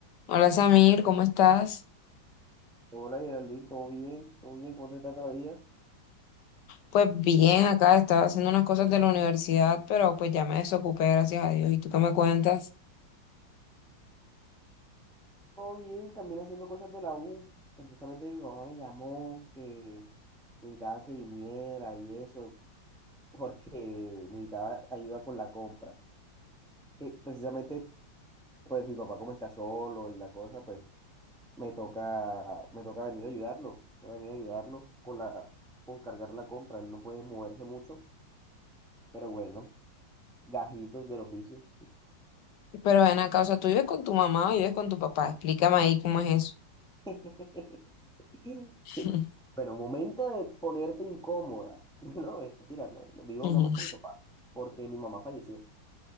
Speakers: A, on the left; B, in the centre.
A: Hola Samir, ¿cómo estás?
B: Hola Geraldine, ¿todo bien? ¿Todo bien? ¿Cómo te está la vida?
A: Pues bien, acá estaba haciendo unas cosas de la universidad, pero pues ya me desocupé, gracias a Dios. ¿Y tú qué me cuentas?
B: Todo bien, también haciendo cosas de la U. Pero justamente mi mamá me llamó que necesitaba que viniera y eso, porque necesitaba ayuda con la compra. Que precisamente, pues mi papá como está solo y la cosa, pues me toca, me toca venir a ayudarlo, toca venir a ayudarlo con la, con cargar la compra. Él no puede moverse mucho, pero bueno, gajitos del oficio.
A: Pero ven acá, o sea, ¿tú vives con tu mamá o vives con tu papá? Explícame ahí cómo es eso.
B: <laughs> Sí.
A: <laughs>
B: pero momento de ponerte incómoda. <laughs> No, mentira, no. no, Vivo
A: Ujú.
B: nada más con mi papá, porque mi mamá falleció.